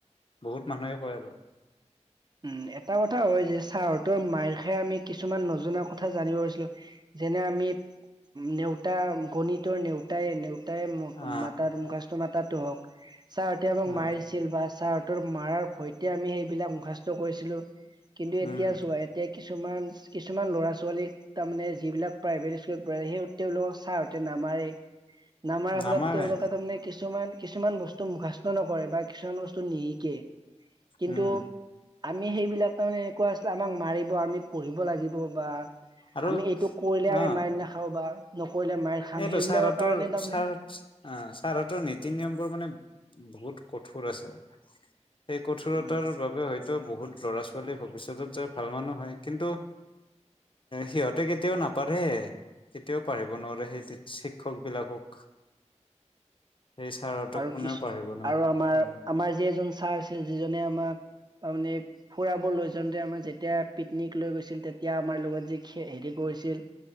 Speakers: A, on the left (about 45°); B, on the right (about 35°).
A: বহুত মানুহে কয় আৰু।
B: উম', এটা কথা হয় যে চাৰ। ত মাইৰ খাই আমি। কিছুমান নজনা কথা জানিব পাৰিছিলো যেনে আমি নেউতা গণিত। নেউতাইে নে তাই
A: অ
B: মাতাৰ মুখস্থ মাতাত টক। ছাৰহতে মোক
A: অ
B: মাৰিছিল বা ছাৰ তোৰ মাৰ ভৈতে আমি সেইবিলাক <unintelligible> <unintelligible> কৰিছিলোঁ। কিন্তু এতিয়া
A: উম
B: চোৱা, এতিয়া কিছুমান কিছুমান ল'ৰা ছোৱালীক তাৰমানে যিবিলাক প্ৰাইভেট স্কুলত পঢ়ে, সেই তেওঁলোকৰ ছাৰ হতে নামাৰে, নামাৰাৰ
A: নামাৰে
B: ফলত তেওঁলোকে তাৰমানে কিছুমান কিছুমান বস্তু মুখাস্ত নকৰে বা কিছুমান বস্তু নিহিকে, কিন্তু
A: উম
B: এইবিলাক তাৰমানে এনেুকোৱা আমাক মাৰিব, আমি পঢ়িব লাগিব বা
A: আৰু
B: আমি এইটো কৰিলে
A: অ
B: আমি মাৰি নাখাওঁ বা নকৰিলে মাইৰ খাম
A: সেইটো
B: সেইবিলাকৰ
A: ছাৰহঁতৰ
B: কাৰণে তাৰমানে
A: ছাৰ অ', ছাৰহঁতৰ নীতি নিয়মবোৰ মানে বহুত কঠোৰ আছে। এই কঠোৰতাৰ
B: উম
A: বাবে হয়তো বহুত ল'ৰা ছোৱালীয়ে ভবিষ্যতত যে ভাল মানুহ হয়। কিন্তু, সিহঁতে কেতিয়াও নাপঢ়ে, কেতিয়াও পাৰিব নোৱাৰে স শিক্ষক বিলাকক। সেই ছাৰহঁতক
B: আৰু
A: কোনেও
B: কিছু,
A: পাৰিব নোৱাৰে
B: আৰু আমাৰ
A: উম
B: আমাৰ যি এজন ছাৰ আছিল যিজনে আমাক তাৰমানে ফুৰাবৰ লৈ যাওঁতে আমাৰ যেতিয়া, পিকনিক লৈ গৈছিল তেতিয়া আমাৰ লগত যে হেৰি কৰিছিল,